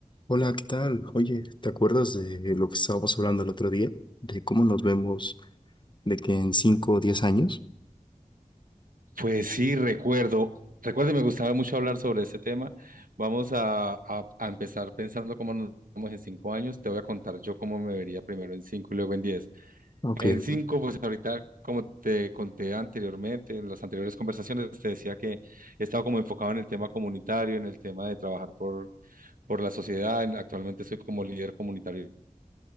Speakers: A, on the left; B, on the right.
A: Hola, ¿qué tal? Oye, ¿te acuerdas de lo que estábamos hablando el otro día? De cómo nos vemos de que en 5 o diez años.
B: Pues sí, recuerdo. Recuerdo, y me gustaba mucho hablar sobre este tema. Vamos a, a- a empezar pensando cómo nos vemos en cinco años. Te voy a contar yo cómo me vería primero en cinco y luego en diez.
A: Aunque
B: En cinco, pues ahorita, como te conté anteriormente, en las anteriores conversaciones, te decía que he estado como enfocado en el tema comunitario, en el tema de trabajar por, por la sociedad. En- Actualmente soy como líder comunitario